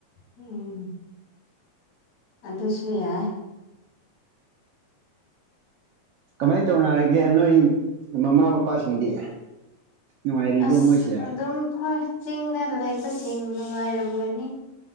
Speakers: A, on the left; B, on the right.
A: ꯎꯝ ꯑꯗꯨꯁꯨ ꯌꯥꯏ
B: ꯀꯃꯥꯏꯅ ꯇꯧꯅꯔꯤꯒꯦ ꯅꯣꯏ ꯃꯃꯥ ꯃꯄꯥꯁꯤꯡꯗꯤ ꯅꯨꯡꯉꯥꯏꯔꯤꯕ꯭ꯔꯣ
A: ꯑꯁ
B: ꯃꯣꯏꯁꯦ
A: ꯑꯗꯨꯝ ꯍꯣꯏ ꯆꯤꯡꯗ ꯂꯩꯕꯁꯤꯡ ꯅꯨꯡꯉꯥꯏꯔꯝꯒꯅꯤ